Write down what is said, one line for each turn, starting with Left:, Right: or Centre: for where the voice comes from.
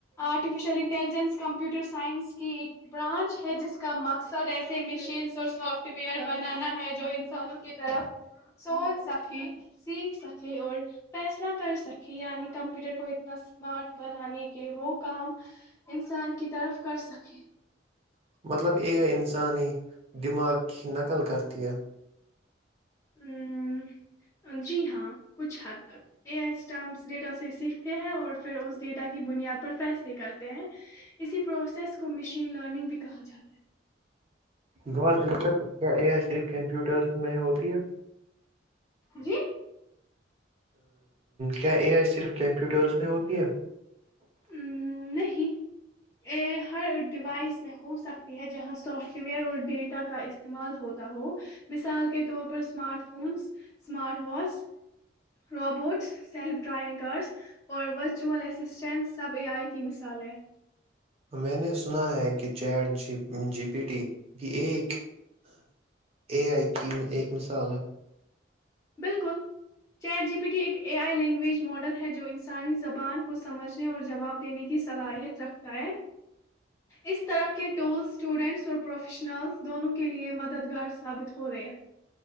Left: آرٹیفیشیل انٹیلیجنس کمپیوٹر سائنس کی ایک برانچ ہے جس کا مقصد ایسے مشینس اور سافٹ ویئر بنانا ہے جو انسانوں کی طرف سچ سکے سیکھ سکے اور فیصلہ کر سکے یعنی کمپیوٹر کو اتنا اسمارٹ بنانے کہ وہ کام انسان کی طرف کر سکے
Right: مطلب یہ ہے ان انسانی دماغ کی نقل کرتی ہے
Left: ا جی ہاں کچھ حد تک اے آئی اسٹم ڈیٹا سے سیکھتے ہیں اور پھر اس ڈیٹا کی بنیاد پر فیصلے کرتے ہیں اسی پروسیس کو مشین لرننگ بھی کہا جاتا
Right: بہت دلچسپ کیا یہ صرف کمپیوٹرس میں ہو <inaudible>
Left: جی
Right: کیا اے آئی صرف کمپیوٹرس میں ہوتی ہے
Left: ام، نہیں ہر ڈیوائس میں ہو سکتی ہے جہاں سافٹ ویئر اور ڈیٹا کا استعمال ہوتا ہو مثال کے طور پر smart phones smart watch robots self driving cars اور virtual assistants sub a I کی مثال ہے
Right: میں نے سنا ہے کہ چیٹ جی پی ٹی بھی ایک اے آئی کی ایک مثال ہے
Left: بالکل چیر جی پی ٹی ایک اے آئی لینگویج ماڈل ہے جو انسانی زبان کو سمجھنے اور جواب دینے کی صلاحیت رکھتا ہے اس طرح کے ٹولز اسٹوڈنٹس اور پروفیشنلز دونوں کے لیئے مددگار ثابت ہو رہے ہیں